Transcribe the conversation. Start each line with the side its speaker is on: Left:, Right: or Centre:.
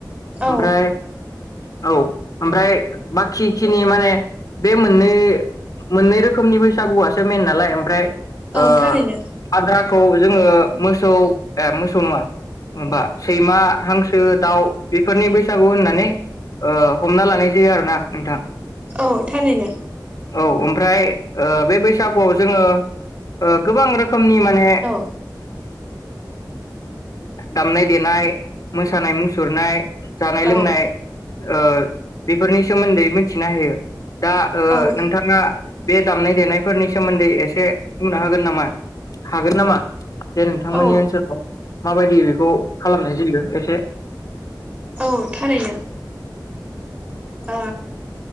Right: औ
Left: । ओमफ्राय औ ओमफ्राय बाखिखिनि माने बे मोननै मोननै रोखोमनि बैसागुआसो मेन नालाय ओमफ्राय
Right: औ
Left: ओ
Right: थारैनो
Left: आद्राखौ जोङो मोसौ ए मोसौ नङा माबा सैमा हांसो दाउ बेफोरनि बैसागु होननानै हमना लानाय जायो आरोना नोंथां
Right: औ थारैनो।
Left: औ ओमफ्राय बे बैसागुआव जोङो गोबां रोख खोमनि माने
Right: औ
Left: दामनाय देनाय मोसानाय मुसुरनाय जानाय
Right: औ
Left: लोंनाय ओ बेफोरनि सोमोन्दै मिथिना होयो दा ओ
Right: औ
Left: नोंथाङा बे दामनाय देनायफोरनि सोमोन्दै एसे बुंना हागोन नामा हागोन नामा जदे नोंथांमोननि
Right: औ
Left: ओनसोलाव माबायदि बे खौ खालामनाय जायो। एसे
Right: औ थारैनो ओ